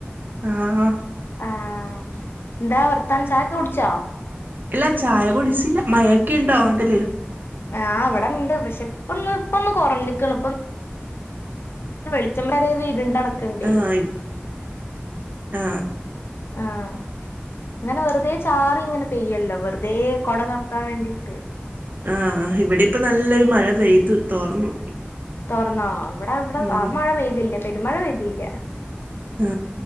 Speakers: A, on the right; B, on the left.
A: ആഹ്
B: ആഹ് ന്താ വർത്താനം ചായൊക്കോ കുടിച്ചോ?
A: ഇല്ല ചായ കുടിച്ചില്ല മയൊക്കെ ഇണ്ടോ നാട്ടില്
B: ആഹ് ഇവിടെ ഇണ്ട് പക്ഷെ ഇപ്പൊന്ന് ഇപ്പൊന്ന് കൊറഞ്ഞിക്കണ് ഇപ്പം വെളിച്ചം വെരെ ഒര് ഇരുണ്ടടക്കുണ്ടേനി
A: ആ ഇ- ആ
B: ആഹ് ഇങ്ങനെ വെറുതെ ചാറി ഇങ്ങനെ പെയ്യല്ലോ വെറുതെ കൊട തൊറക്കാൻ വേണ്ടി <unintelligible>
A: ആഹ് ഇവിടെ ഇപ്പ നല്ലൊരു മഴ പെയ്തു തോർന്നു
B: തോർന്നോ ഇവിടെ ഇവിടെ
A: ഉം
B: ആ മഴ പെയ്തില്ല പെരുമഴ പെയ്തിയില്ല
A: ആ